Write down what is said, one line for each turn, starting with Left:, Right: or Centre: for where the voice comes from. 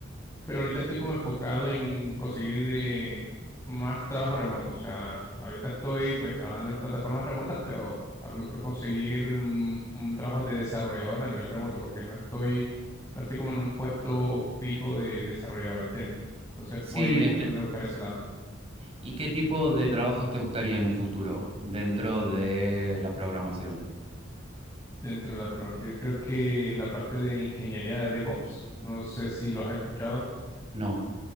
Left: pero ahorita estoy como enfocado en conseguir eh, más trabajo remoto. O sea, ahorita estoy pues trabajando en plataformas remotas, pero a lo mejor conseguir mm, un trabajo de desarrollador a nivel remoto, porque no estoy, no estoy como en un puesto fijo de desarrollador, ¿entiendes? Entonces
Right: Sí,
Left: voy
Right: eh,
Left: tratando
Right: eh,
Left: de buscar ese lado
Right: ¿y qué tipo de trabajos te gustaría en un futuro dentro de la programación?
Left: dentro de la... pro- Yo creo que la parte de ingeniería de DevOps, no sé si los has escuchado.
Right: No.